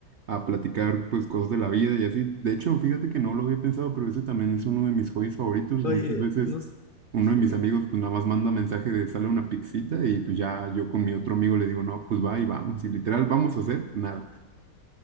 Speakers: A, on the right; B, on the left.
A: a platicar pues cosas de la vida y así. De hecho, fíjate que no lo había pensado, pero ese también es uno de mis hobbies favoritos.
B: Oye,
A: Muchas veces
B: no s-
A: uno
B: sí.
A: de mis amigos pues nada más manda mensaje de sale una pizzita y pues ya yo con mi otro amigo le digo, no, pues va y vamos. Y literal, vamos a hacer nada.